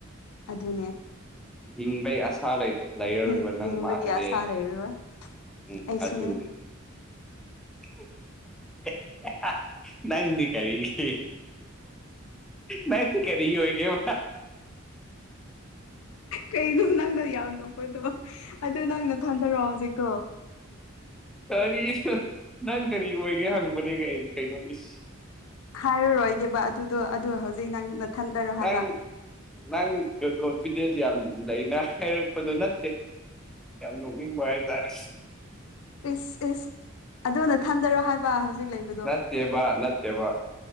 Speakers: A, on the left; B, in the centre.
A: ꯑꯗꯨꯅꯦ
B: ꯍꯤꯡꯕꯩ ꯑꯁꯥ ꯂꯩ ꯂꯩꯔꯔꯣꯏꯕ
A: ꯍꯤꯡꯕꯒꯤ
B: ꯅꯪ ꯃꯥꯡꯉꯗꯤ
A: ꯑꯁꯥ
B: ꯑꯩ
A: ꯂꯩꯔꯔꯣꯏ
B: ꯎꯝ
A: ꯑꯩꯁꯨꯅꯦ
B: ꯑꯗꯨꯅꯦ <unintelligible> ꯅꯪꯗꯤ ꯀꯔꯤ <unintelligible> ꯅꯪ ꯀꯔꯤ ꯑꯣꯏꯒꯦ <unintelligible>
A: ꯀꯩꯅꯣ ꯅꯪꯅ ꯌꯥꯝ ꯅꯄꯗꯣ ꯑꯗꯨ ꯅꯪ ꯅꯊꯟꯗꯔꯣ ꯍꯧꯖꯤꯛꯇꯣ
B: ꯀꯔꯤ ꯅꯪ ꯀꯔꯤ ꯑꯣꯏꯒꯦ ꯍꯪꯕꯅꯦ ꯀꯩ ꯀꯩꯅꯣ ꯏꯁ
A: ꯍꯥꯏꯔꯔꯣꯏꯒꯦꯕ ꯑꯗꯨꯗꯣ ꯑꯗꯨ ꯍꯧꯖꯤꯛ ꯅꯪ ꯅꯊꯟꯇꯔꯣ
B: ꯅꯪ
A: ꯍꯥꯏꯕ
B: ꯅꯪ ꯀꯣꯟꯐꯤꯗꯦꯟꯁ ꯌꯥꯝ ꯂꯩꯅ ꯍꯥꯏꯔꯛꯄꯗꯨ ꯅꯠꯇꯦ ꯌꯥꯝ ꯅꯣꯛꯅꯤꯡꯕ ꯍꯥꯏꯇꯥꯔꯦ
A: ꯏꯁ ꯏꯁ ꯑꯗꯨ ꯅꯊꯟꯗꯔꯣ ꯍꯥꯏꯕ ꯍꯧꯖꯤꯛ ꯂꯩꯕ
B: ꯅꯠꯇꯦꯕ ꯅꯠꯇꯦꯕ